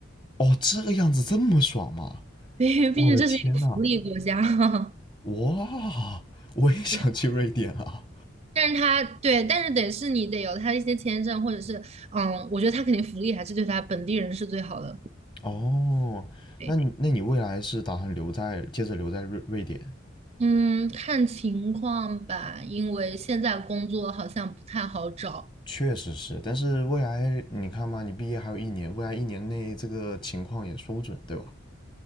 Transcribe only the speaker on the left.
哦，这个样子这么爽吗？
我的天呐，
哇，我也想去瑞典啊！
哦，
那你那你未来是打算留在接着留在瑞瑞典？
确实是，但是未来你看嘛，你毕业还有一年，未来一年内这个情况也说不准，对吧？